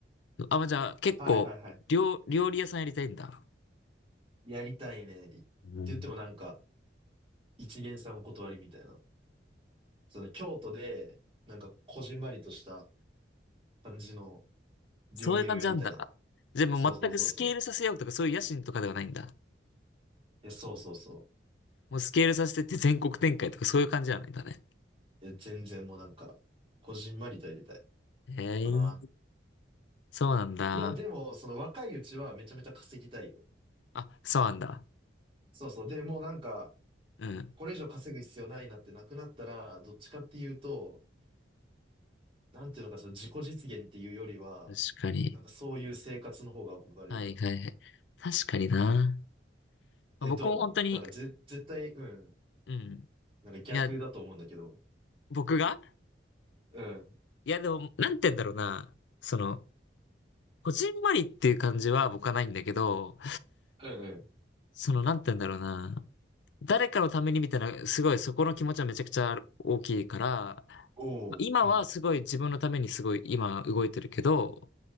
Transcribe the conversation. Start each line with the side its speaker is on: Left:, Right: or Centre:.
Left: あ、まあじゃあ結構料、
Right: い。はいはいはい。
Left: 料理屋さんやりたいんだ。
Right: やりたいね。って言ってもなんか、
Left: うん
Right: 一見さんお断りみたいな。その京都で、なんかこじんまりとした感じの料理屋をやりたいな。
Left: そういう感じなんだ。じゃあもう全くスケールさせようとかそういう野心とかではないんだ。
Right: そうそうそうそう。いや、そうそうそ
Left: もうスケールさせてって全国展開とかそういう感じじゃないんだね。
Right: う。いや、全然もうなんか、こじんまりとやりたい。
Left: へえ、
Right: かな。
Left: そうなんだ。
Right: いや、でも、その若いうちはめちゃめちゃ稼ぎたいよ。
Left: あ、そうなんだ。
Right: そうそう。で、もうなんか、
Left: うん。
Right: これ以上稼ぐ必要ないなってなくなったら、どっちかっていうと、なんていうのか、その自己実現っていうよりは、
Left: 確かに。
Right: なんかそういう生活の方が憧れるから。
Left: はいはいはい。確かにな。まあ僕も本当に、
Right: え、どうなんかぜ、絶対、うん。
Left: うん。
Right: なんか逆だと思うんだけど。
Left: いや、僕が
Right: うん。
Left: いや、でも、なんて言うんだろうな。その、こじんまりっていう感じは僕はないんだけど、
Right: うんうん
Left: その、なんて言うんだろうな。誰かのためにみたいな、すごいそこの気持ちはめちゃくちゃ大きいから、
Right: おお、
Left: まあ今はすごい自分のためにすごい今動いてるけど、
Right: うん、